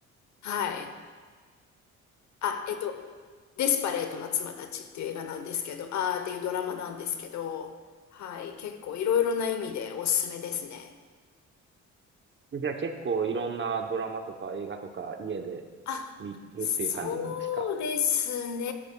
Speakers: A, on the left; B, on the right.
A: はい。あ、えっと、デスパレートな妻たちっていう映画なんですけど、あーっていうドラマなんですけど、はい。結構いろいろな意味でおすすめですね。
B: うんじゃあ結構いろんなドラマとか映画とか家で
A: あそ
B: 見るっていう感じなんですか
A: うですね。